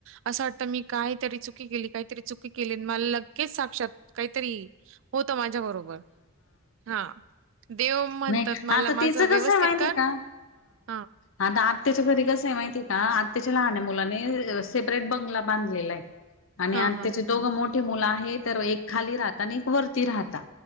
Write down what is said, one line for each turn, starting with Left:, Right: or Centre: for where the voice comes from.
Right: असं वाटतं मी कायतरी चुकी केली काहीतरी चुकी केली मला लगेच साक्षात काहीतरी होत माझ्या बरोबर हा देव म्हणतात
Left: नाही
Right: मला
Left: आता
Right: माझं
Left: तिचं
Right: व्यवस्थित
Left: कसं आहे माहिती
Right: कर
Left: का
Right: हा
Left: आता आत्या त्याच्या घरी कस आहे माहिती आहे का आत्ताच्या लहान मुलानी सेपरेट बंगला बांधलेला आहे. आणि
Right: हां,
Left: आ
Right: हां,
Left: त्याचे
Right: हां.
Left: दोघं मोठे मुलं आहे तर एक खाली राहत आणि एक वरती राहतात.